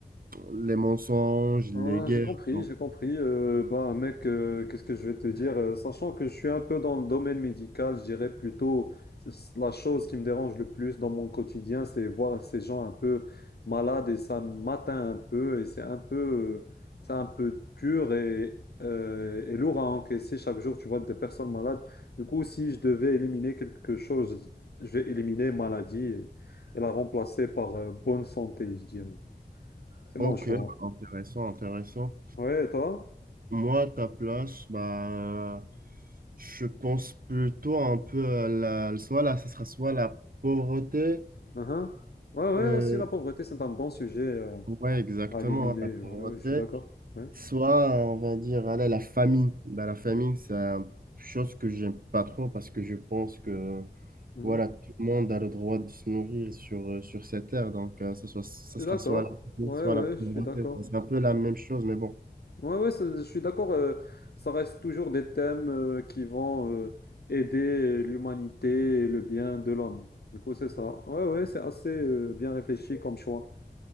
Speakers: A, on the right; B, on the left.
A: les mensonges, les
B: Ah,
A: guerres.
B: j'ai compris,
A: genre.
B: j'ai compris. Euh, bah, mec, euh, qu'est-ce que je vais te dire? Euh, sachant que je suis un peu dans le domaine médical, je dirais plutôt c'est la chose qui me dérange le plus dans mon quotidien, c'est voir ces gens un peu malades et ça m'atteint un peu et c'est un peu, euh, c'est un peu dur et, euh, et lourd à encaisser chaque jour. Tu vois des personnes malades. Du coup, si je devais éliminer quelque chose, je vais éliminer maladie et, et la remplacer par euh, bonne santé, je dirais. C'est
A: Ok,
B: mon choix.
A: intéressant, intéressant.
B: Ouais, et toi?
A: Moi, à ta place, bah, je pense plutôt un peu à la, soit là, ça sera soit la pauvreté,
B: Mhm. Ouais, ouais,
A: euh,
B: aussi la pauvreté, c'est un bon sujet euh,
A: ouais, exactement,
B: à éliminer.
A: hein, la pauvreté,
B: Ouais, ouais, je suis d'accord. Ouais.
A: soit on va dire, allez, la famine. Bah, la famine, c'est une chose que j'aime pas trop parce que je pense que
B: Mhm.
A: voilà, tout le monde a le droit de se nourrir sur, euh, sur cette terre, donc euh, ça, soit, ça
B: Je
A: sera
B: suis d'accord.
A: soit la famine,
B: Ouais,
A: soit
B: ouais,
A: la pauvreté.
B: je suis d'accord.
A: Enfin, C'est un peu la même chose, mais bon.
B: Ouais, ouais, c'est- je suis d'accord. euh, ça reste toujours des thèmes euh, qui vont euh, aider l'humanité et le bien de l'homme. Du coup, c'est ça. Ouais, ouais, c'est assez euh, bien réfléchi comme choix.